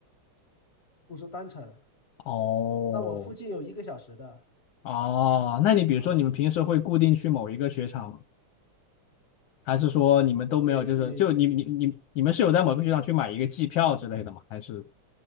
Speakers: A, on the left; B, on the left.
A: 不是单程。
B: 哦
A: 但我附近有一个小时的
B: 哦，那你比如说你们平时会固定去某一个雪场吗？
A: 啊，
B: 还是说你们都没有？
A: 对，
B: 就是就你你你你们是有在某个雪场去买一个季票之类的吗？
A: 固定区域，
B: 还是